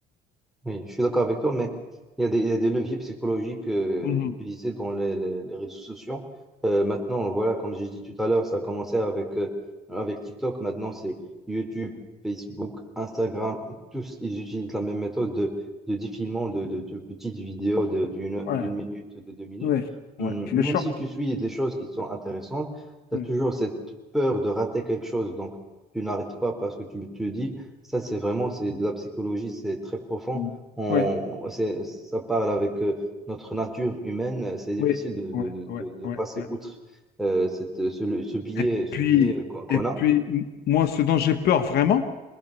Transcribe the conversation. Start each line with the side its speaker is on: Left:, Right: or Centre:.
Centre: Oui, je suis d'accord avec toi, mais il y a des, il y a des leviers psychologiques euh,
Left: Mhm.
Centre: utilisés dans les, les- les réseaux sociaux. Euh, maintenant, voilà, comme j'ai dit tout à l'heure, ça a commencé avec, euh, avec TikTok. Maintenant, c'est YouTube, Facebook, Instagram. Tous, ils utilisent la même méthode de, de défilement de, de- de petites vidéos de- d'une,
Left: Ouais,
Centre: d'une minute, de deux minutes.
Left: ouais,
Centre: Hum,
Left: ouais. Le
Centre: Même
Left: short.
Centre: si tu suis des choses qui sont intéressantes, tu
Left: Ouais.
Centre: as toujours cette peur de rater quelque chose. Donc, tu n'arrêtes pas parce que tu te dis, ça, c'est vraiment, c'est de la psychologie, c'est très profond
Left: Mm.
Centre: on,
Left: Ouais,
Centre: c'est- ça parle avec euh, notre nature humaine. C'est difficile
Left: ouais,
Centre: de, de-
Left: ouais,
Centre: de-
Left: ouais,
Centre: de
Left: ouais,
Centre: passer
Left: ouais.
Centre: outre euh, cette, ce, ce biais,
Left: Et
Centre: ce
Left: puis,
Centre: biais qu'on qu'on
Left: et puis,
Centre: a.
Left: m- moi, ce dont j'ai peur vraiment,